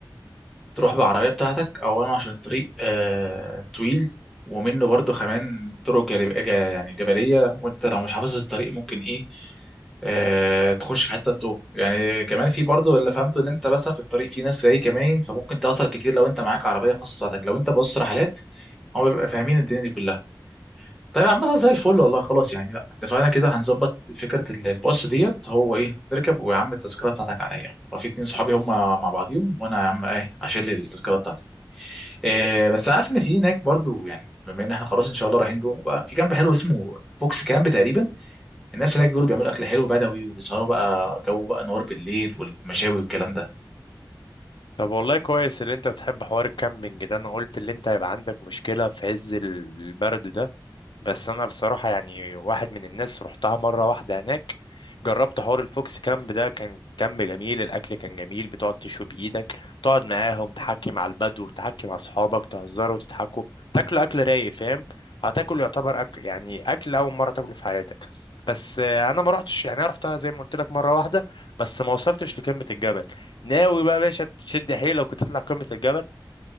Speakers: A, in the centre; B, on the left (about 85°).
A: تروح بالعربية بتاعتك أولا عشان الطريق آه طويل ومنه برضو كمان طرق جالب... جا- يعني جبلية وأنت لو مش حافظ الطريق ممكن إيه آه تخش في حتة توه يعني كمان في برضو اللي فهمته إن أنت مثلا في الطريق في ناس جاي كمان فممكن تعطل كتير لو أنت معاك عربية خاصة بتاعتك لو أنت بص رحلات هم بيبقى فاهمين الدنيا دي كلها طيب عامة زي الفل والله خلاص يعني لا اتفقنا كده هنظبط فكرة ال- الباص ديت هو ايه نركب ويا عم التذكرة بتاعتك عليا وفي اتنين صحابي هم مع بعضيهم وانا يا عم ايه هشيل التذكرة بتاعتي إيه بس عارف ان في هناك برضو يعني بما ان احنا خلاص ان شاء الله رايحين نروح بقى في كامب حلو اسمه فوكس كامب تقريبا الناس هناك بيقولوا بيعملوا اكل حلو بدوي وبيسهروا بقى جو بقى نار بالليل والمشاوي والكلام ده
B: طب والله كويس اللي انت بتحب حوار الكامبينج ده انا قلت اللي انت هيبقى عندك مشكله في عز البرد ده بس انا بصراحه يعني واحد من الناس رحتها مره واحده هناك جربت حوار الفوكس كامب ده كان كامب جميل الاكل كان جميل بتقعد تشوي بايدك تقعد معاهم تحكي مع البدو تحكي مع اصحابك تهزروا وتضحكوا تاكلوا اكل رايق فاهم هتاكل يعتبر اكل يعني اكل اول مره تاكله في حياتك بس آه، انا ما رحتش يعني انا رحتها زي ما قلت لك مره واحده بس ما وصلتش لقمه الجبل ناوي بقى يا باشا تشد حيلك وتطلع قمه الجبل